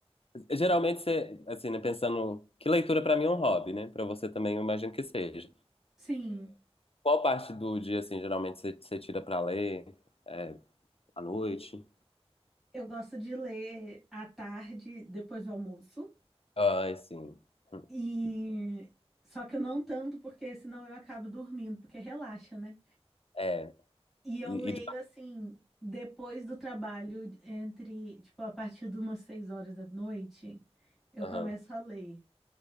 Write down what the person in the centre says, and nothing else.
Sim,
eu gosto de ler à tarde, depois do almoço.
E só que eu não tanto, porque senão eu acabo dormindo, porque relaxa, né?
E eu
leio
assim, depois do trabalho, entre, tipo, a partir de umas seis horas da noite, eu
começo a ler.